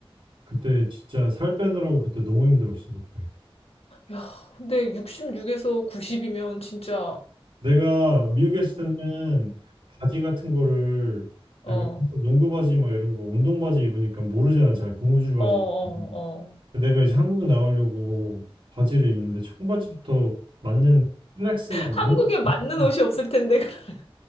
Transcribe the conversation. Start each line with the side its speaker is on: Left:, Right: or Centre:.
Right: 그때 진짜 살 빼느라고 그때 너무 힘들었어, 그때.
Left: 야, 근데 66에서 90이면 진짜, 어,
Right: 내가 미국에 있을 때는 바지 같은 거를 내가
Left: 어,
Right: 항상 농구 바지 막 이런 거 운동 바지 입으니까 모르잖아 잘 고무줄 바지
Left: 어, 어,
Right: 음. 내가 이제 한국 나오려고 바지를 입는데 청바지부터 맞는 슬랙스나 맞는
Left: 한국에 맞는
Right: 바지나.
Left: 옷이 없을 텐데. <laughs>